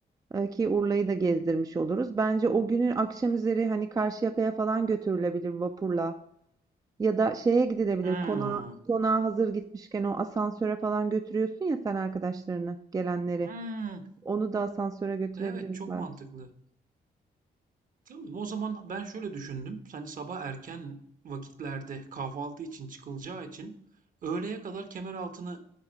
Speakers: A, on the right; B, on the right.
A: Ee, Ki Urla'yı da gezdirmiş oluruz. Bence o günün akşam üzeri hani Karşıyaka'ya falan götürülebilir vapurla. Ya da şeye gidilebilir.
B: Hımm.
A: Konağa, konağa hazır gitmişken o asansöre falan götürüyorsun ya sen arkadaşlarını, gelenleri.
B: Hımm.
A: Onu da asansöre götürebiliriz
B: Evet, çok
A: belki.
B: mantıklı. Tamam, o zaman ben şöyle düşündüm. Hani sabah erken vakitlerde kahvaltı için çıkılacağı için öğleye kadar Kemeraltı'nı